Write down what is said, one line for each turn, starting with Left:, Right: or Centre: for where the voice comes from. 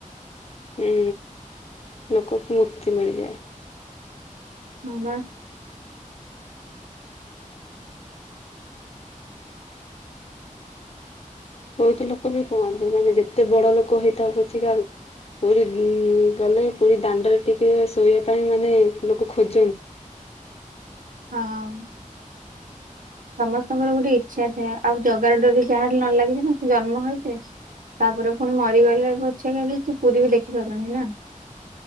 Left: ହୁଁ ଲୋକଙ୍କୁ ମୁକ୍ତି ମିଳିଯାଏ।
Right: ହୁଁ ବା।
Left: ବହୁତ ଲୋକ ବି କୁହନ୍ତି ମାନେ ଯେତେ ବଡ ଲୋକ ହେଇଥାଉ ପଛିିକା ପୁରୀ ଗଲେ ପୁରୀ ଦାଣ୍ଡରେ ଟିକେ ଶୋଇବା ପାଇଁ ମାନେ ଲୋକ ଖୋଜ
Right: ହଁ। ସମସ୍ତଙ୍କର ଗୋଟେ ଇଚ୍ଛା ଥାଏ ଆଉ ଜଗାର ଡରି ଯାହାରି ନ ଲାଗିଛି ନା ସେ ଜନ୍ମ ହେଇଚି। ତାପରେ ପୁଣି ମରିଗଲେ ପଛକେ କିଛି ପୁରୀ ବି ଦେଖିପାରୁନି ନା।